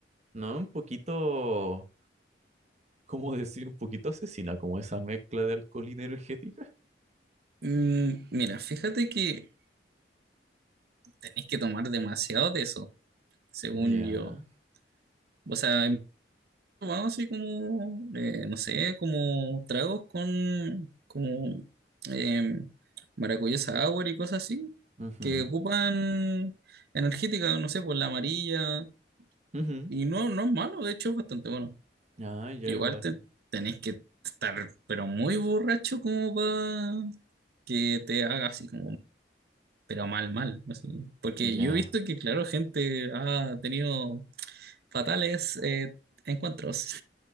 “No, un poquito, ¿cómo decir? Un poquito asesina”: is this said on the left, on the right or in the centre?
Right